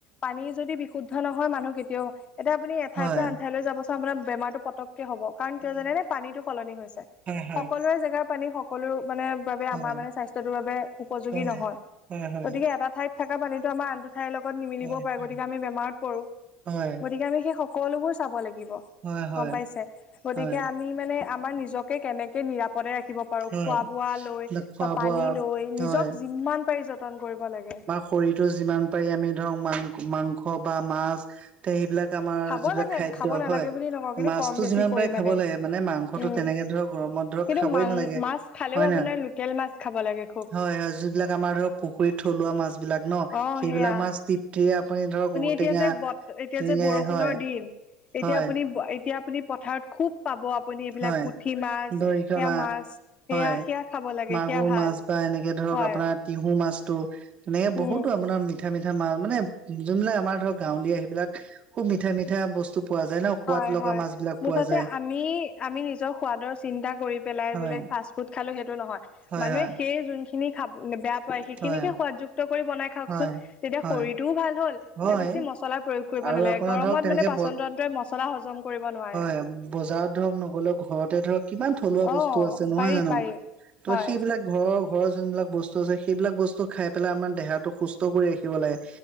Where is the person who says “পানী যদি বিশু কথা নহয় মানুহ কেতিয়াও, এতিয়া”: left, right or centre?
Left